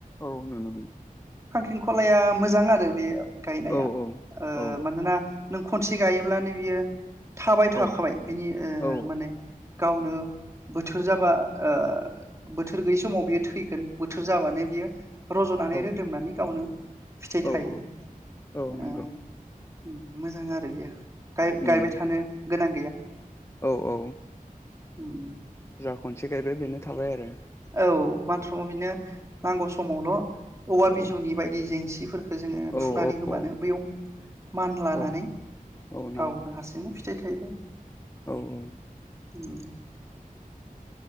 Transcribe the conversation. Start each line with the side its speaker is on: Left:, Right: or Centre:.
Left: औ नुनो मोनो
Right: खांख्रिखलाया मोजां आरो बेयो गायनाया
Left: औ औ औ
Right: मानोना नों खनसे गायोब्लानो बियो थाबाय थाखाबाय
Left: औ
Right: बिनि
Left: औ
Right: माने गावनो बोथोर जाबा ओ बोथोर गैयै समाव बियो थैगोन बोथोर जाबानो बियो रज'नानै
Left: औ
Right: रोदोमनानै गावनो फिथाइ
Left: औ
Right: थायो
Left: औ
Right: ओ
Left: नंगौ
Right: उम मोजां आरो बेयो
Left: उम
Right: गायबाय थानो गोनां
Left: औ औ
Right: उम
Left: जा खनसे गायबाय बेनो थाबाय आरो
Right: औ माथ्र बिनो नांगौ समावल' औवा
Left: औ
Right: बिजौनि बायदि जेंसि जिफोरखौ जोङो
Left: औ
Right: थुनानै
Left: औ
Right: होबानो बेयाव मानलानानै
Left: औ औ नांगौ
Right: गावनो हारसिंनो फिथाइ थायबाय
Left: औ औ
Right: उम